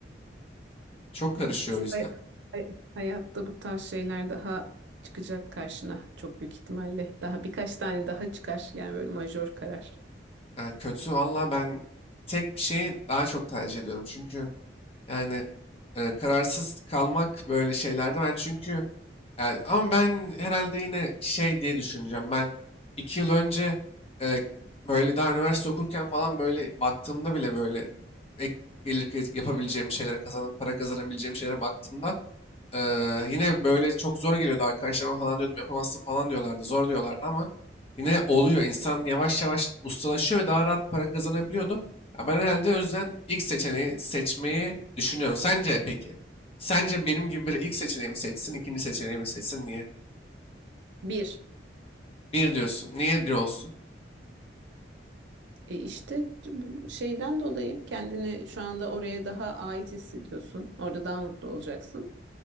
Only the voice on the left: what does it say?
Çok karışıyor
o yüzden.
Yani kötü valla ben tek bir şeyi daha çok tercih ediyorum. Çünkü Yani e, kararsız kalmak böyle şeylerde ben çünkü yani, ama ben herhalde yine şey diye düşüneceğim. Ben iki yıl önce e, böyle daha üniversite okurken falan böyle baktığımda bile böyle ek gelir kaz- yapabileceğim şeylere kazanan para kazanabileceğim şeylere baktığımda e, yine böyle çok zor geliyordu arkadaşlarıma falan diyordum yapamazsın falan diyorlardı zor diyorlardı ama yine oluyor. İnsan yavaş yavaş ustalaşıyor ve daha rahat para kazanabiliyordu. Ya ben herhalde o yüzden ilk seçeneği seçmeyi düşünüyorum. Sence peki? Sence benim gibi biri ilk seçeneği seçsin, ikinci seçeneği seçsin? Niye?
Bir diyorsun. Niye bir olsun?